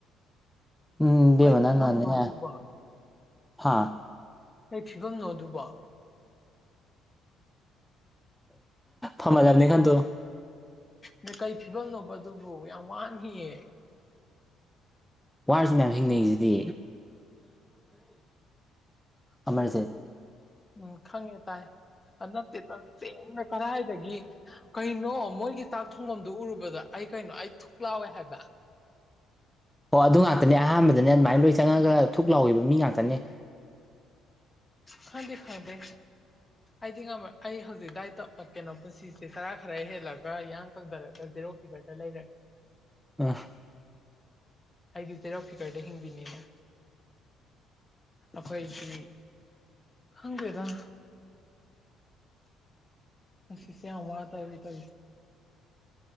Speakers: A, in the centre; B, on the left (about 20°).
A: ꯎꯝꯗꯃꯅꯥ
B: ꯀꯩ ꯐꯤꯕꯝꯅꯣ
A: ꯅꯅꯦ
B: ꯑꯗꯨꯕꯣ
A: ꯍꯥꯥ
B: ꯑꯩ ꯐꯤꯕꯝꯅꯣ ꯑꯗꯨꯕ
A: ꯐꯃꯥꯏꯗꯝꯅꯤ ꯈꯥꯟ ꯇꯣ
B: ꯅ ꯀꯔꯤ ꯐꯤꯕꯝꯅꯣꯕ ꯑꯗꯨꯕꯨ ꯌꯥꯝ ꯋꯥꯡꯈꯤꯌꯦ
A: ꯋꯥꯔꯁꯨ ꯃꯌꯥꯝ ꯍꯤꯡꯅꯩꯁꯤꯗꯤ ꯑꯃꯔꯖꯤꯦꯠ
B: ꯎꯝ ꯈꯪꯉꯦ ꯇꯥꯏ ꯅꯠꯇꯦ ꯆꯁꯦ ꯑꯅ ꯀꯔꯏꯗꯒꯤ ꯀꯩꯅꯣ ꯃꯣꯏꯒꯤ ꯆꯥꯛ ꯊꯣꯡꯐꯝꯗꯨ ꯎꯔꯨꯕꯗ ꯑꯩ ꯀꯩꯅꯣ ꯑꯩ ꯊꯨꯛ ꯂꯥꯎꯋꯦ ꯍꯥꯏꯕ <unintelligible>
A: ꯑꯣ ꯑꯗꯨ ꯉꯥꯛꯇꯅꯦ ꯑꯍꯥꯟꯕꯗꯅꯦ ꯑꯗꯨꯃꯥꯏꯅ ꯂꯣꯏ ꯆꯪꯉꯒ ꯊꯨꯛ ꯂꯥꯎꯈꯤꯕ ꯃꯤ ꯉꯥꯛꯇꯅꯦ
B: ꯈꯥꯟꯗꯦ ꯈꯥꯟꯗꯦ ꯑꯩꯗꯤꯝꯃ ꯑꯩ ꯍꯧꯖꯤꯛ ꯗꯥꯏꯇ ꯀꯩꯅꯣ ꯄꯨꯟꯁꯤꯁꯦ ꯆꯔꯥ ꯈꯔ ꯍꯦꯜꯂꯒ ꯏꯌꯥꯡ ꯀꯪꯊꯔꯒꯔ ꯐꯤ ꯀ ꯇ ꯂꯩ ꯂꯩ
A: ꯑ
B: ꯑꯩꯗꯤ ꯆꯩꯔꯥꯎ ꯐꯤꯀꯔꯗ ꯍꯤꯡꯕꯤꯅꯤꯅ ꯑꯩꯈꯣꯏꯁꯤ ꯈꯪꯗꯦꯗ ꯑ ꯁꯤꯁꯦ ꯑꯃꯔ ꯇꯕꯤ ꯇꯔ